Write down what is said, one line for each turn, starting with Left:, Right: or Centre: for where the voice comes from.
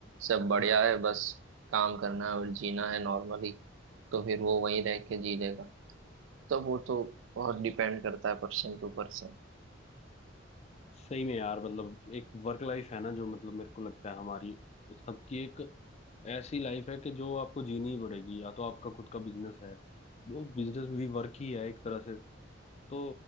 Right: सब बढ़िया है बस काम करना है और जीना है नॉर्मली तो फिर वो वहीं रह के जी लेगा तो वो तो बहुत डिपेंड करता है पर्सन टू पर्सन
Left: सही में यार मतलब एक वर्क लाइफ है ना जो मतलब मेरे को लगता है हमारी सबकी एक ऐसी लाइफ है कि जो आपको जीनी ही पड़ेगी या तो आपका खुद का बिजनेस है वो बिजनेस भी वर्क ही है एक तरह से तो